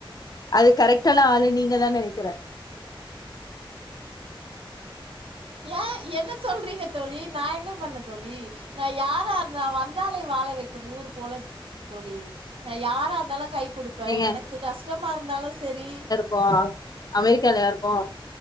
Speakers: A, on the left; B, on the right.
A: அதுக் கரெக்டான ஆளு நீங்க தா நெனக்கிற
B: ஏ என்ன சொல்றீங்க தோழி நா என்ன பண்ண தோழி நா யாரார்ந்த நா வந்தாரை வாழ வைக்கும் ஊர் போல தோழி நா யாரா இருந்தாலு கை குடுப்ப
A: ஏங்க
B: எனக்கு கஸ்ட்டமா இருந்தாலு செரி
A: போ அமெரிக்காலயா இருக்கோ